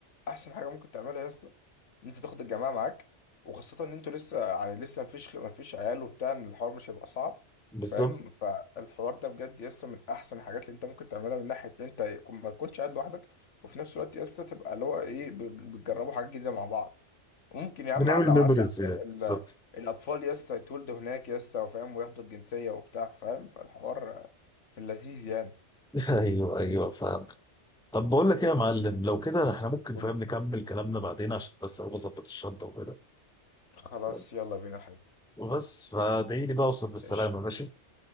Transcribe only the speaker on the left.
احسن حاجه ممكن تعملها يا اسطى ان انت تاخد الجماعه معاك وخاصه ان انتوا لسه يعني لسه مفيش مفيش عيال وبتاع ان الحوار مش هيبقى صعب
فاهم فالحوار ده بجد يسطا من احسن الحاجات اللي انت ممكن تعملها من ناحيه ان انت يكون- ما تكونش قاعد لوحدك وفي نفس الوقت يسطا تبقى اللي هو ايه بت- بتجربوا حاجات جديده مع بعض ممكن يا
عم علق
وعسى
ال-
الاطفال يسطا يتولدوا هناك يسطا وفاهم وياخدوا الجنسيه وبتاع فاهم فالحوار في اللذيذ يعني
قولي
خلاص
يلا بينا يا حبيبي
ماشي